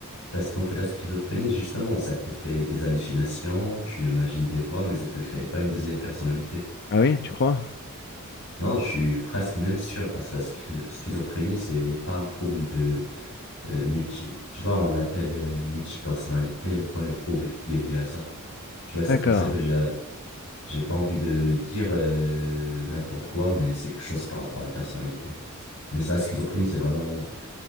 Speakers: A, on the left; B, on the left.
A: Parce qu'en fait, la schizophrénie, justement, ça te fait des hallucinations, tu imagines des voix, mais ça te crée pas une deuxième personnalité.
B: Ah oui, tu crois?
A: Non, je suis presque même sûr, parce que la schi- schizophrénie, c'est pas un trouble de euh, multi... Tu vois, on l'appelle euh, multipersonnalité ou quoi, le trouble qui est lié à ça. Tu vois, c'est
B: D'accord.
A: pour ça que j'ai j'ai pas envie de dire euh, n'importe quoi, mais c'est quelque chose par rapport à la personnalité. Mais la schizophrénie, c'est vraiment